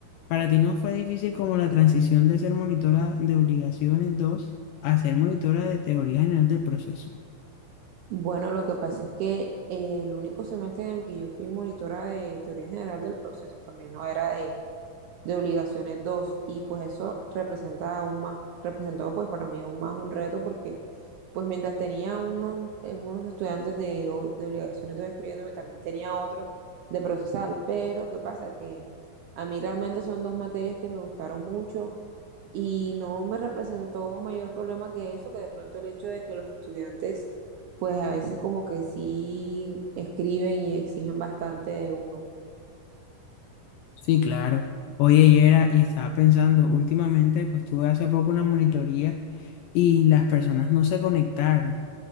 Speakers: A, on the left (about 85°); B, on the right (about 80°).
A: Para ti no fue difícil como la transición de ser monitora de obligaciones 2 a ser monitora de teoría general del proceso.
B: Bueno, lo que pasa es que eh, el único semestre en el que yo fui monitora de teoría general del proceso también no era de, de obligaciones dos y pues eso representa aún más, representó pues para mí aún más un reto porque pues mientras tenía unos, eh, unos estudiantes de, o- de obligaciones de escribiéndome, también tenía otros de procesal, pero ¿qué pasa? Que a mí realmente son dos materias que me gustaron mucho y no me representó mayor problema que eso, que de pronto el hecho de que los estudiantes, pues a veces como que sí escriben y exigen bastante de uno.
A: Sí, claro. Oye, Yera, y estaba pensando, últimamente, pues tuve hace poco una monitoría y las personas no se conectaron.